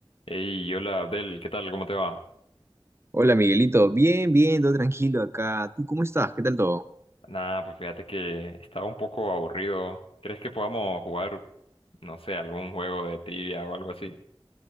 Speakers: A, on the left (about 85°); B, on the right (about 30°).
A: Hey, hola Abdel, ¿qué tal? ¿Cómo te va?
B: Hola Miguelito, bien, bien, todo tranquilo acá. ¿Tú cómo estás? ¿Qué tal todo?
A: Nada, pues fíjate que estaba un poco aburrido. ¿Crees que podamos jugar, no sé, algún juego de trivia o algo así?